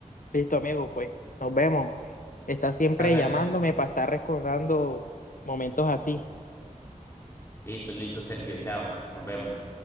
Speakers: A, on the left; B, on the left.
A: Listo, amigo, pues nos vemos. Está siempre
B: Chao, Sergio.
A: llamándome para estar recordando momentos así.
B: Listo, listo, Sergio. Chao. Nos vemos.